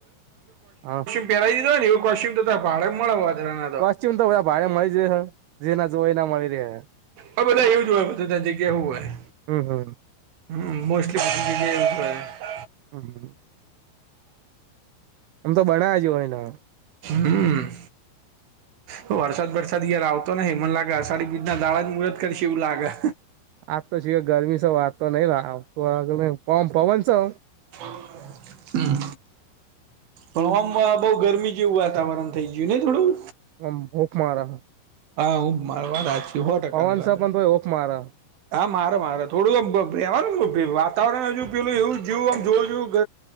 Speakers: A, on the right; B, on the right.
A: હા
B: પેરાઈ દીધુ હોયને એવુ કોશ્ચિયમ જોજા પાળે મળે વોદરા
A: કોસ્ટ્યુમ તો બધા ભાળે મળી જ હ, જેના જો હો એના મળી રહે હ.
B: આ બધા એવું જ હોય, બધધા જગ્યા એવું હોય,
A: હમ હમ
B: હમ્મ મોસ્ટલી <inaudible>
A: હમ્મ આમ તો બડાજીવોય ના
B: હમ્મ
A: <inaudible>
B: તો વરસાદ બરસાદ યાર આવતો નહી, મને લાગે અષાઢી બીજના દાળા મુરત કરશે એવું લાગે.
A: આજ તો સિ ગરમી સ વાત તો નઈ રાહાહુ, વાઘ મે ઓમ પવન સે.
B: હમ્મ પવહમ વા બઉ ગરમી જેવું વાતાવરણ થઈ ગયું ને થોડું.
A: ઓમ ભૂખમારા
B: હા હું મારવા રાજ છુહો ટકાની
A: પવન
B: વાત
A: છે પણ
B: હે.
A: તોય હૂફ મારે
B: હા મારે મારે થોડું ઓમ બે ભેવાનું, ફિર વાતાવરણ હજુ પેલું એવું જેવું આમ જોયુ ગ